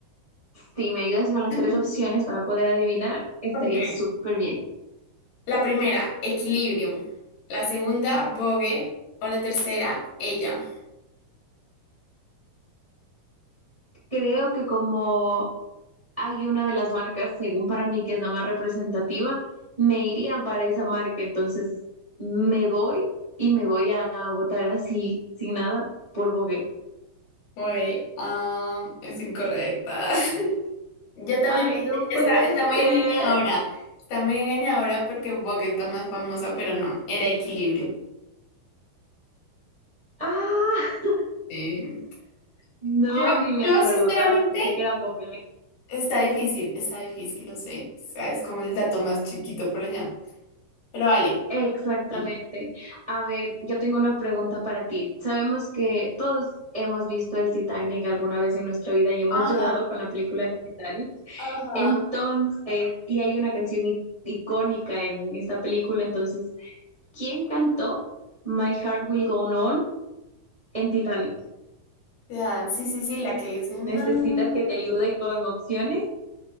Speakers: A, on the right; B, on the left.
A: Si me ayudas con las
B: <laughs>
A: tres opciones para poder adivinar, estaría
B: Ok.
A: súper bien.
B: La primera, Equilibrio. La segunda, Vogue. O la tercera, Ella.
A: Creo que como hay una de las marcas, según para mí, que es la más representativa, me iría para esa marca, entonces me voy y me voy a votar así, sin nada, por Bogué.
B: Vogue, ah, es incorrecta. <laughs> Yo también
A: Ay,
B: dije,
A: no
B: está,
A: puede
B: está muy
A: ser.
B: engañadora. Está muy engañadora porque Vogue es la más famosa, pero no, era Equilibrio.
A: Ah,
B: Sí.
A: no,
B: Yo,
A: ni me
B: yo
A: acordaba,
B: sinceramente
A: pensé que era Bogué.
B: está difícil, está difícil, lo sé. O sea, es como el dato más chiquito por allá. Pero vale.
A: Exactamente.
B: Sí.
A: A ver, yo tengo una pregunta para ti. Sabemos que todos hemos visto el Titanic alguna vez en nuestra vida y hemos
B: Ajá,
A: llorado con la película del Titanic.
B: ajá.
A: Entonces, y hay una canción i- icónica en esta película, entonces, ¿quién cantó My Heart Will Go On en Titanic?
B: Ya, sí, sí, sí, la que dice no.
A: ¿Necesitas que te ayude con opciones